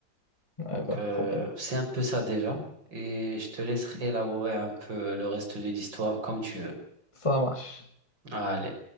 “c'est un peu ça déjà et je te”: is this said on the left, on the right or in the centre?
Right